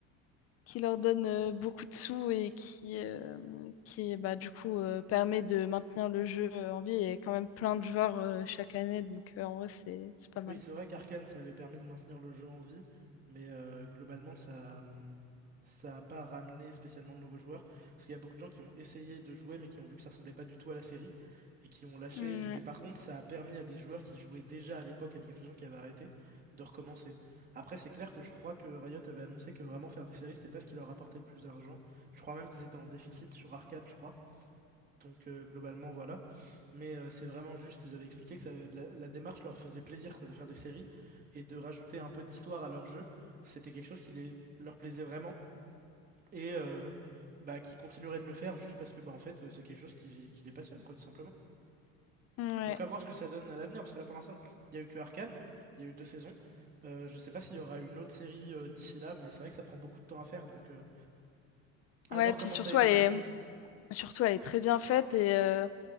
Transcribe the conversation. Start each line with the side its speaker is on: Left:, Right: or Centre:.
Left: qui leur donnent euh, beaucoup de sous et qui, euh, qui bah, du coup, euh, permet de maintenir le jeu euh, en vie et quand même plein de joueurs euh, chaque année. Donc, euh, en vrai, c'est c'est pas mal.
Right: Oui, c'est vrai qu'Arkane, ça avait permis de maintenir le jeu en vie, mais euh, globalement, ça hum, ça n'a pas ramené spécialement de nouveaux joueurs. Parce qu'il y a beaucoup de gens qui ont essayé de jouer, mais qui ont vu que ça ressemblait pas du tout à la série, et qui ont lâché.
Left: Mm,
Right: Mais par contre, ça a permis à des joueurs qui jouaient déjà à l'époque à League of Legends, qui avaient arrêté, de recommencer. Après, c'est clair que je crois que Riot avait annoncé que vraiment faire des séries, c'était pas ce qui leur rapportait le plus d'argent. Je crois même qu'ils étaient en déficit sur Arcane, je crois. Donc euh, globalement, voilà. Mais euh, c'est vraiment juste, ils avaient expliqué que ça- la, la démarche leur faisait plaisir quoi, de faire des séries et de rajouter un peu d'histoire à leur jeu. C'était quelque chose qui les, leur plaisait vraiment et euh, bah, qui continuerait de le faire juste parce que bah, en fait, euh, c'est quelque chose qui, qui les passionne, quoi, tout simplement.
Left: Ouais, ouais.
Right: Donc à voir ce que ça donne à l'avenir, parce que là pour l'instant, il n'y a eu que Arcane, il y a eu deux saisons. Euh, je sais pas s'il y aura une autre série euh, d'ici là, mais c'est vrai que ça prend beaucoup de temps à faire, donc euh, à
Left: Ouais,
Right: voir
Left: puis
Right: comment
Left: surtout,
Right: ça évolue.
Left: elle est, surtout, elle est très bien faite et, euh,